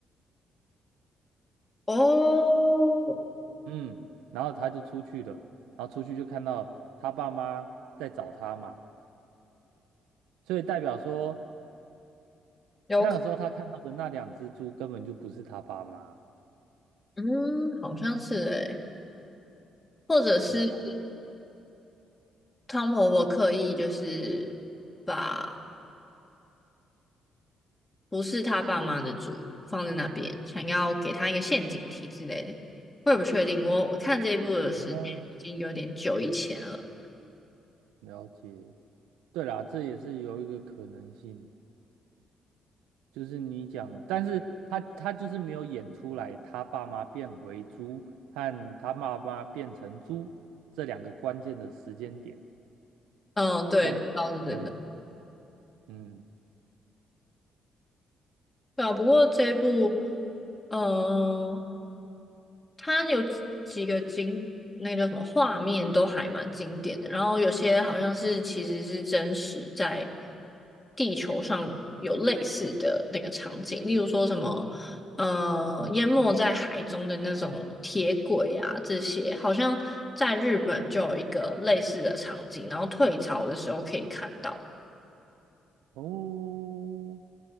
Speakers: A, on the left; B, on the right.
A: 哦，
B: 嗯，然后他就出去了，然后出去就看到他爸妈在找他嘛，所以代表说
A: 有可，
B: 那个时候他看到的那两只猪根本就不是他爸妈，
A: 嗯，好像是诶、或者是
B: 对啊，
A: 汤婆婆刻意就是。把。不是他爸妈的主放在那边，想要给他一个陷阱题之类的，我也不确定。我我看这一部的时间已经有点久以前了。
B: 哦，了解，对啦，这也是有一个可能性，就是你讲，但是他他就是没有演出来他爸妈变回猪和他妈妈变成猪这两个关键的时间点
A: 嗯，对，
B: 和
A: 倒是真的。
B: 对，嗯。
A: 对啊，不过这一部，嗯、它有几个经那个叫什么画面都还蛮经典的，然后有些好像是其实是真实在地球上有类似的那个场景，例如说什么呃淹没在海中的那种铁轨啊这些，好像在日本就有一个类似的场景，然后退潮的时候可以看到
B: 哦，